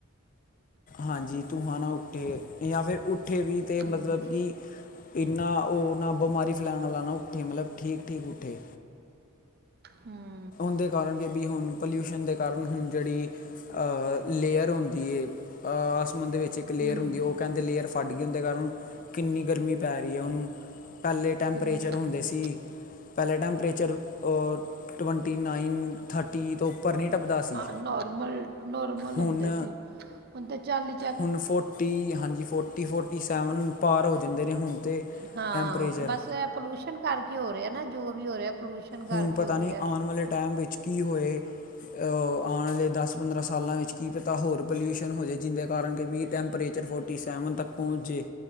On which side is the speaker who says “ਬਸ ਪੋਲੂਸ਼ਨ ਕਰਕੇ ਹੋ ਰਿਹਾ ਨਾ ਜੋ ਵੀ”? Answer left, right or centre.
Right